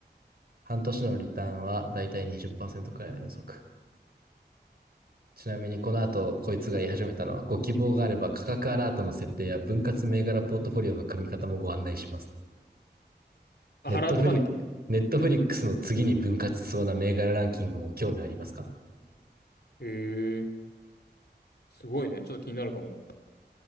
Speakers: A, on the right; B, on the left.
A: 半年のリターンはだいたい20%くらいの予測。ちなみにこの後、こいつが言い始めたのは、ご希望があれば価格アラートの設定や分割銘柄ポートフォリオの組み方もご案内します。
B: あ、
A: ネットフリック、
B: ハラートまで行け。
A: ネットフリックスの次に分割しそうな銘柄ランキングも興味ありますか
B: へえ、すごいね。ちょっと気になるかも。